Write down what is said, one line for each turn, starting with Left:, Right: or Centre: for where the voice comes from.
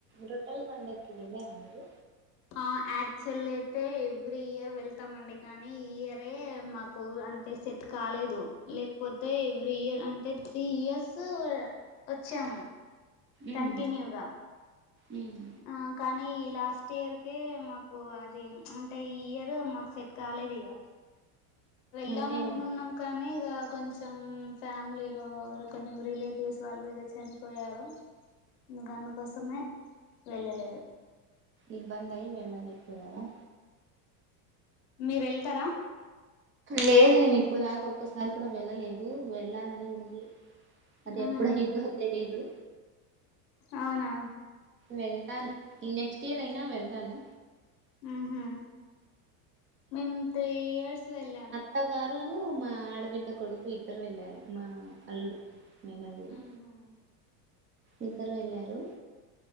Right: రొట్టెల పండగకి వెళ్ళారా మీరు
Left: ఆ యాక్చువల్లి అయితే ఎవ్రీ ఇయర్ వెళ్తామండి కానీ ఈ ఇయరే మాకు కో అంటే సెట్ కాలేదు లేకపోతే ఎవ్రీ ఇయర్ అంటే త్రీ ఇయర్స్ వచ్చాము
Right: ఉమ్
Left: కంటిన్యూగా
Right: ఉమ్
Left: ఆ కానీ ఈ లాస్ట్ ఇయర్ కే మాకు అది అంటే ఈ ఇయర్ మాకు సెట్ కాలేదు ఇగ వెళ్ళామఅనుకున్నాం
Right: అంటే ఒక
Left: కానీ ఇగా కొంచెం ఫ్యామిలీలో కొంచెం రిలేటివ్స్ వాళ్ళు ఇదర్ చనిపోయారు ఇగందుకోసమే వెళ్ళలేదు
Right: ఇబ్బందయి వెళ్ళ లేకపోయార
Left: మీరు వెళ్తారా
Right: లేదు నేను ఇప్పుడు దాకా ఒక్కసారి కూడా వెళ్ళలేదు వెళ్ళాలని ఉంది అది ఎప్పుడయిద్దొ
Left: ఉమ్
Right: తెలీదు
Left: అవునా
Right: వెళ్తాను ఈ నెక్స్ట్ ఇయర్ అయినా వెళ్తాను
Left: మ్ హు మ్ మేం త్రీ ఇయర్స్ వెళ్ళాం
Right: అత్త గారును మా ఆడబిడ్డ కొడుకు ఇద్దరు వెళ్ళారు మా అల్లుడు మేనల్లుడు
Left: మ్ హుమ్
Right: ఇద్దరు వెళ్ళారు